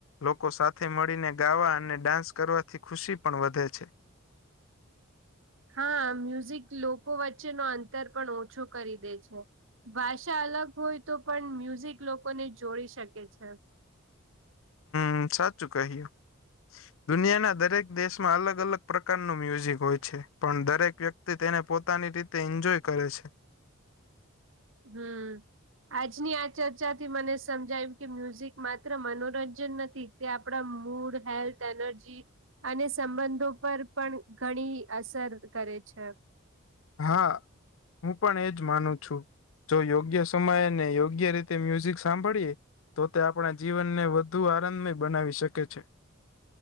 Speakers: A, on the left (about 65°); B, on the right (about 65°).
A: લોકો સાથે મળીને ગાવા અને ડાન્સ કરવાથી ખુશી પણ વધે છે.
B: હા મ્યુઝિક લોકો વચ્ચે ન અંતર પણ ઓછો કરી દે છે. ભાષા અલગ હોય તો પણ મ્યુઝિક લોકોને જોડી શકે છે.
A: હમ્મ સાચું કહ્યું. દુનિયાના દરેક દેશમાં અલગ અલગ પ્રકારનું મ્યુઝિક હોય છે પણ દરેક વ્યક્ત તે તેને પોતાની રીતે એન્જોય કરે છે.
B: હમ્મ. આજની આ ચર્ચાથી મને સમજાયું કે મ્યુઝિક માત્ર મનોરંજન નથી. તે આપડા મૂડ, હેલ્થ, એનર્જી અને સંબંધો પર પણ ઘણી અસર કરે છે.
A: હા હું પણ એજ માનું છું. જો યોગ્ય સમયે ને યોગ્ય રીતે મ્યુઝિક સાંભળીએ તો તે આપણા જીવનને વધુ આનંદમય બનાવી શકે છે.